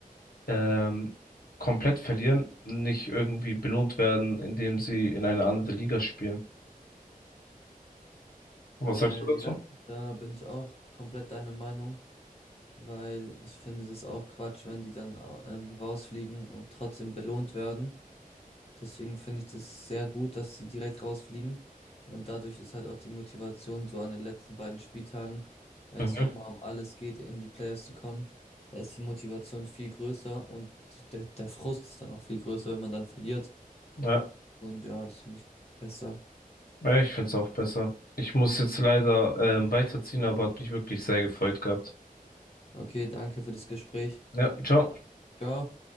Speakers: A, on the left; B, on the left.
A: ähm, komplett verlieren, nicht irgendwie belohnt werden, indem sie in eine andere Liga spielen. Und Was
B: Äh,
A: sagst du dazu?
B: ja, da bin ich auch komplett deiner Meinung. weil ich finde das ist auch Quatsch, wenn die dann au- ähm, rausfliegen und trotzdem belohnt werden. Deswegen finde ich das sehr gut, dass sie direkt rausfliegen. Und dadurch ist halt auch die Motivation, so an den letzten beiden Spieltagen, wenn
A: Mhm.
B: es nochmal um alles geht, in die Playoffs zu kommen, da ist die Motivation viel größer und die, der, der Frust ist dann auch viel größer, wenn man dann verliert.
A: Ja,
B: Und ja, das finde ich besser.
A: ja, ich finde es auch besser. Ich muss jetzt leider ähm, weiterziehen, aber hat mich wirklich sehr gefreut gehabt.
B: Okay, danke für das Gespräch.
A: Ja, ciao.
B: Ciao.